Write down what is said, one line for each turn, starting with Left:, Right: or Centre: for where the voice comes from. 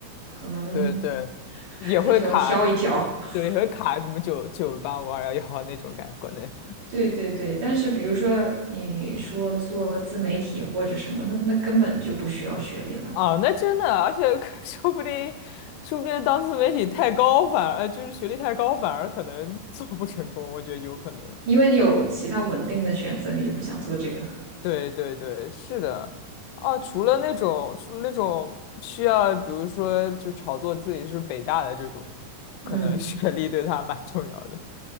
Right: 可能
Left: 对对，
Right: <laughs>
Left: 也会卡，
Right: 他就要挑一挑。<laughs>
Left: 对，也会卡什么九九八五二幺幺那种感觉，国内。
Right: 对对对，但是比如说你说做自媒体或者什么，那那根本就不需要学历了，
Left: 啊，那真的，而且 <laughs> 说不定，说不定当自媒体太高，反而就是学历太高，反而可能做不成功，我觉得有可能。
Right: 因为你有其他稳定的选择，你就不想做这个。
Left: 对对对，是的，啊，除了那种，除了那种需要，比如说就炒作自己是北大的这种，
Right: <laughs>
Left: 可能学历对他蛮重要的。
Right: 嗯，